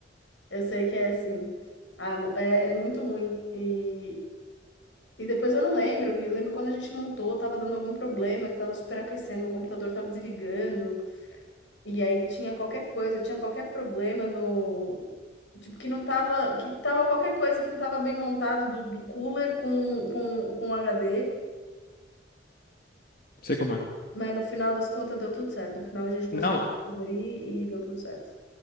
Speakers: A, on the left; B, on the left.
A: eu sei que é assim. Ah, mo- é, é muito ruim. E, e depois eu não lembro, que eu lembro quando a gente montou, tava dando algum problema, que tava superaquecendo, meu computador tava desligando, e aí tinha qualquer coisa, tinha qualquer problema no. Tipo, que não tava. Que tava qualquer coisa que não tava bem montado do, do cooler com, com, com HD,
B: sei como é.
A: mas no final das contas deu tudo certo. No final a gente conseguiu
B: Não,
A: descobrir e deu tudo certo.